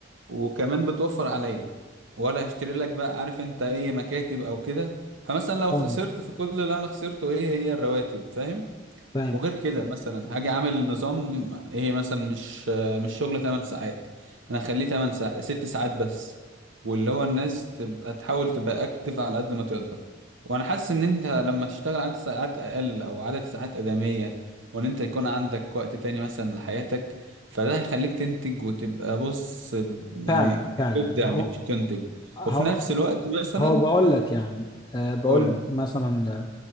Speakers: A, on the right; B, on the left.
A: وكمان بتوفر عليا ولا هشتري لك بقى عارف انت ايه مكاتب او كده فمثلا لو
B: فاهم
A: خسرت فكل اللي انا خسرته ايه هي الرواتب فاهم
B: فاهم
A: وغير كده مثلا هاجي عامل نظام ايه مثلا مش مش شغل 8 ساعات انا هخليه 8 ساعات 6 ساعات بس واللي هو الناس تبقى تحاول تبقى اكتف على قد ما تقدر وانا حاسس ان انت لما تشتغل عدد ساعات اقل او عدد ساعات ادمية وان انت يكون عندك وقت تاني مثلا لحياتك فده هيخليك تنتج وتبقى بص يعني
B: فعلا فعلا
A: تبدع
B: هو
A: مش تنتج
B: هو
A: وفي نفس الوقت مثلا
B: هو بقول لك يعني آه، بقول
A: قول
B: لك مثلا